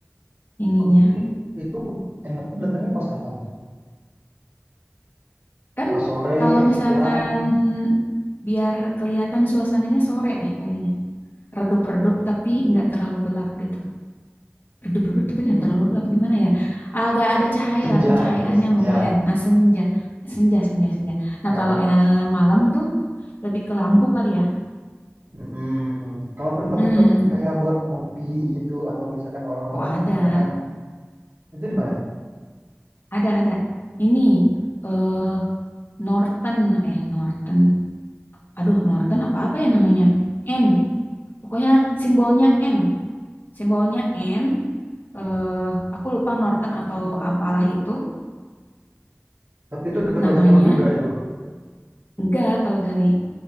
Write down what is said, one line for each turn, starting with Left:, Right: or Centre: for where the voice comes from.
Left: ininya.
Right: Oh, berarti itu enaknya datangnya pas kapan tuh?
Left: Kan
Right: Pas sore,
Left: kalau misalkan
Right: siang,
Left: biar kelihatan suasananya sore deh kayaknya. Redup-redup tapi nggak terlalu gelap gitu. redup-redup
Right: hmm,
Left: tapi nggak terlalu gelap gimana ya agak ada cahaya
Right: senja
Left: lah pencahayaannya
Right: gitu, senja.
Left: lumayan nah senja senja senja senja nah
Right: Eh,
Left: kalau eh, malam tuh lebih ke lampu kali ya
Right: mm, Kalau tempat-tempat
Left: hmm
Right: yang kayak buat ngopi gitu, atau misalkan orang-orang,
Left: oh ada
Right: misalkan itu di mana?
Left: ada ada ini eh Norton eh Norton aduh Norton apa-apa ya namanya N pokoknya simbolnya N simbolnya N eh aku lupa Norton atau apalah itu
Right: Tapi itu dekat
Left: namanya
Right: Raja Polang juga itu.
Left: enggak kalau dari